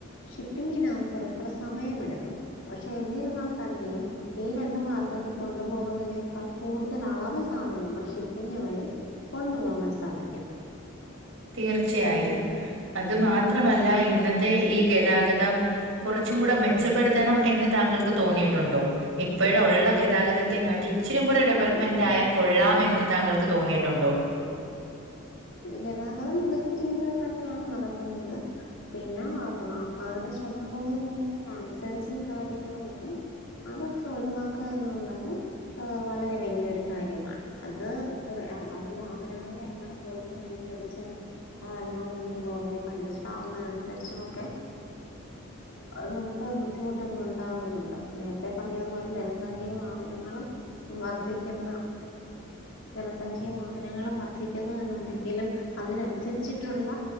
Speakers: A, on the left; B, on the right.
A: ഷിപ്പിങ്ങിന് കൊറെ കൂടെ സമയംമെട്ക്കും പക്ഷെ എന്നിരുന്നാൽ തന്നെയും ഈ രണ്ട് മാർഗ്ഗത്തി കൊണ്ടുപോകുന്നതിനേക്കാൾ കൂട്തൽ അളവ് സാധനങ്ങൾ ഷിപ്പിംഗ് വഴി കൊണ്ടുപോകാൻ സാധിക്കും
B: തീർച്ചയായും അത് മാത്രമല്ല ഇന്നത്തെ ഈ ഗെതാഗതം കുറച്ചും കൂടെ മെച്ചപ്പെടുത്തേണം എന്ന് താങ്കൾക്ക് തോന്നിയിട്ടുണ്ടോ ഇപ്പഴും ഒള്ള ഗതാഗതത്തേം കാട്ടി ഇച്ചിരിം കൂടെ ഡെവെലെപ്മെന്റായ
A: തുണി എന്നാ മതി
B: കൊള്ളാം
A: ഉണങ്ങി
B: എന്ന് താങ്കൾക്ക് തോന്നിയിട്ടുണ്ടോ
A: ഗതാഗതം മികച്ച രീതിയിൽ തന്നെയാണ് നടക്ക്ന്നത് പിന്നെ ആൾക്കാരുടെ ശ്രദ്ധ ക്കുറവ് മൂലമുള്ള ആക്സിഡൻസും കാര്യങ്ങളും ഒക്കെ അതൊക്കെ ഒഴിവാക്കുക എന്നുള്ളത് ആഹ് വളരെ വലിയൊരു കാര്യമാണ് അത് കുറെ അതീ വാഹനങ്ങൾ എണ്ണം കൂടുന്നതിനനുസരിച്ചും അതല്ലാന്നുണ്ടെങ്കിൽ റോഡ് പോയി കൺജസ്റ്റഡാകുന്നതനുസരിച്ചു മൊക്കെ
B: <inaudible>
A: അത് നമുക്ക് ബുദ്ധിമുട്ടുകളുണ്ടാകുന്നുണ്ട് നേര്ത്തെ പറഞ്ഞതു പോലെ ജനസംഖ്യയും വാഹനങ്ങളും വർദ്ധിക്ക്യ്ന്ന ജനസംഖ്യയും വാഹനങ്ങളും വ ർധിക്കുന്നു എന്നുണ്ടെങ്കിലും അതിനനുസരിച്ചിട്ടുള്ള